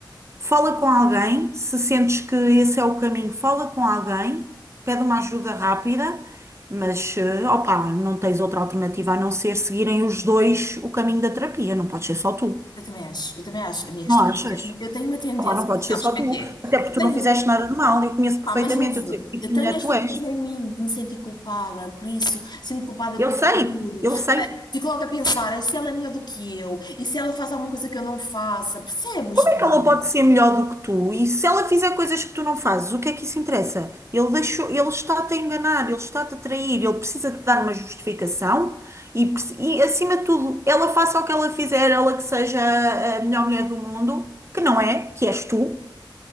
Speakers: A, on the right (about 35°); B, on the left (about 60°).
A: Fala com alguém, se sentes que esse é o caminho, fala com alguém, pede uma ajuda rápida, mas, eh, opá, não tens outra alternativa a não ser seguirem os dois o caminho da terapia, não pode ser só tu,
B: Eu também acho, eu também acho, a minha questão
A: não achas?
B: é mesmo, eu tenho uma tendência,
A: Opa, não pode
B: sabes
A: ser só
B: como
A: tu,
B: é que é?
A: até porque
B: Eu
A: tu
B: Tenho,
A: não fizeste nada de mal, eu conheço perfeitamente,
B: pá, mas ouve,
A: eu sei que tipo
B: eu
A: de
B: tenho
A: mulher
B: esta
A: tu és.
B: coisa em mim de me sentir culpada por isso, sinto culpada
A: Eu
B: por
A: sei,
B: tudo,
A: eu sei.
B: Bem,
A: Como
B: fico logo a pensar, e se ela é melhor do que eu? E se ela faz alguma coisa que eu não faça? Percebes,
A: é que ela pode
B: Wanda?
A: ser melhor do que tu? E se ela fizer coisas que tu não fazes, o que é que isso interessa? Ele deixou, ele está-te a enganar, ele está-te a trair, ele precisa te dar uma justificação e, preci- e, acima de tudo, ela faça o que ela fizer, ela que seja a melhor mulher do mundo, que não é, que és tu.